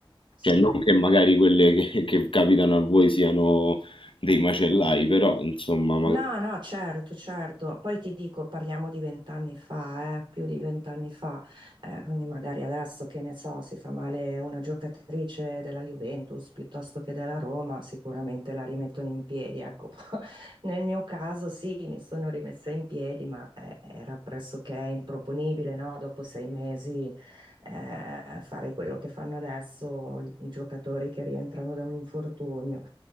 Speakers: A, on the right (about 55°); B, on the left (about 65°).
A: sì.
B: cioè non che magari quelle che, che capitano a voi siano dei macellai, però insomma, magari-
A: No, no, certo, certo. Poi ti dico, parliamo di vent'anni fa, eh, più di vent'anni fa, Eh, quindi magari adesso che ne so, si fa male una giocatrice della Juventus piuttosto che della Roma, sicuramente la rimettono in piedi. Ecco, <laughs> nel mio caso sì, mi sono rimessa in piedi, ma eh, era pressoché improponibile, no? Dopo sei mesi eh, fare quello che fanno adesso i giocatori che rientrano da un infortunio.